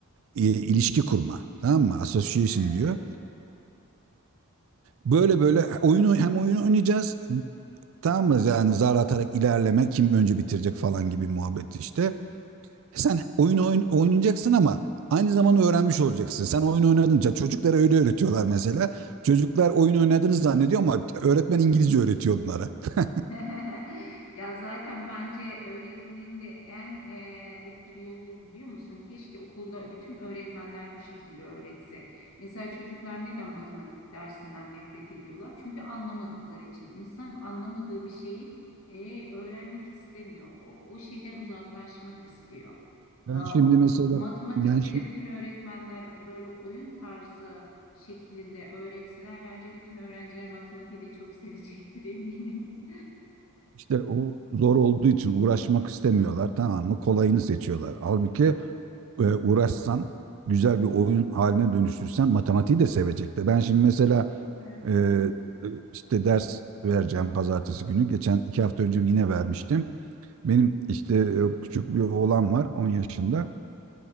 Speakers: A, on the right; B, on the left.
A: e, ilişki kurma. Tamam mı? Association
B: Evet.
A: diyor. Böyle böyle oyunu hem oyunu oynayacağız. Tamam mı? Yani zar atarak ilerleme kim önce bitirecek falan gibi muhabbet işte. Sen oyunu oyn- oynayacaksın ama aynı zamanda öğrenmiş olacaksın. Sen oyun oynadınca çocuklara öyle öğretiyorlar mesela. Çocuklar oyun oynadığını zannediyor ama öğretmen İngilizce öğretiyor onlara. <laughs>
B: <laughs> Ya zaten bence öğretmenin de en e, etkili yolu bu biliyor musun? Keşke okulda bütün öğretmenler bu şekilde öğretse. Mesela çocuklar neden matematik dersinden nefret ediyorlar? Çünkü anlamadıkları için. İnsan anlamadığı bir şeyi e, öğrenmek istemiyor. O, o şeyden uzaklaşmak istiyor. Aa,
A: Ben şimdi
B: o-
A: mesela
B: matematikte
A: ben şimdi
B: de bütün öğretmenler böyle oyun tarzı şeklinde öğretseler bence bütün öğrenciler matematiği de çok sevecektir eminim.
A: işte o zor olduğu için uğraşmak istemiyorlar tamam mı? Kolayını seçiyorlar. Halbuki e, uğraşsan, güzel bir oyun haline dönüştürsen matematiği de sevecekler. Ben şimdi mesela
B: Evet.
A: e, işte ders vereceğim pazartesi günü. Geçen iki hafta önce yine vermiştim. Benim işte e, küçük bir oğlan var 10 yaşında.